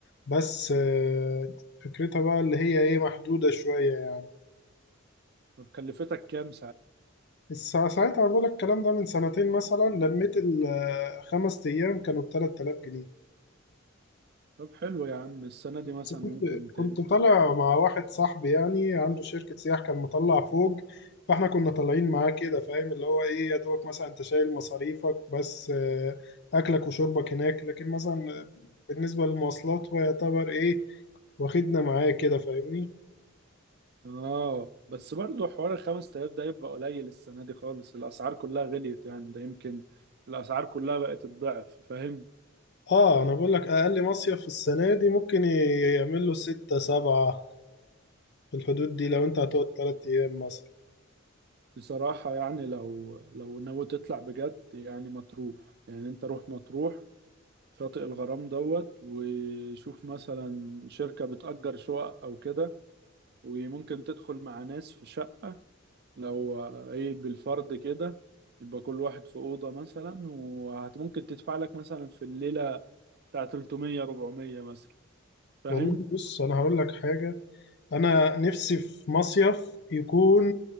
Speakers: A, on the left; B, on the right.
A: بس آه، فكرتها بقى اللي هي ايه محدودة شوية يعني.
B: طب كلفتك كام
A: بس ساعتها بقول لك الكلام ده من سنتين مثلا لميت الخمس أيام كانوا ب 3000 جنيه
B: طب حلو يا عم السنة دي
A: بس
B: مثلا
A: كنت
B: ممكن ت...
A: كنت طالع مع واحد صاحبي يعني عنده شركة سياح كان مطلع فوق فاحنا كنا طالعين معاه كده فاهم اللي هو ايه يا دوبك مثلا انت شايل مصاريفك بس آه، أكلك وشربك هناك لكن مثلا بالنسبة للمواصلات هو يعتبر ايه واخدنا معاه كده فاهمني
B: اه بس برضه حوار الخمس تلاف ده يبقى قليل السنة دي خالص الأسعار كلها غليت يعني ده يمكن الأسعار كلها بقت الضعف فاهم
A: اه انا بقول لك اقل مصيف في السنة دي ممكن يعمل له ستة سبعة في الحدود دي لو انت هتقعد تلات ايام مثلا
B: بصراحة يعني لو لو ناوي تطلع بجد يعني مطروح يعني انت روح مطروح شاطئ الغرام دوت وشوف مثلا شركة بتأجر شقق أو كده وممكن تدخل مع ناس في شقة لو آه، ايه بالفرد كده يبقى كل واحد في أوضة مثلا وممكن تدفع لك مثلا في الليلة بتاع 300 400 مثلا فاهم
A: والله بص انا هقول لك حاجة انا نفسي في مصيف يكون